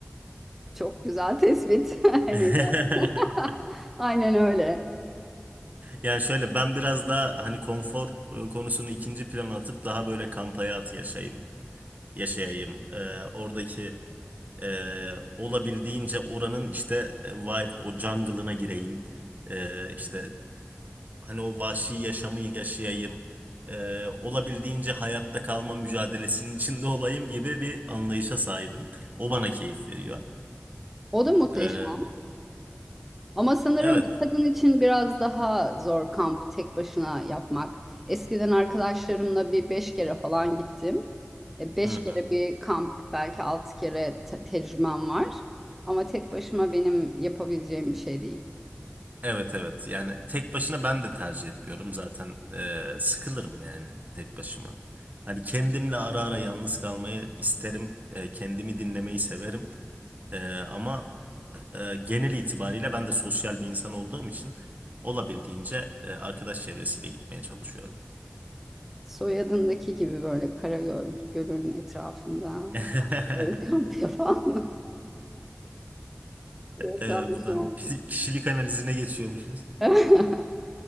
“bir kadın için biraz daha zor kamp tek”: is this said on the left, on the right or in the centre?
Centre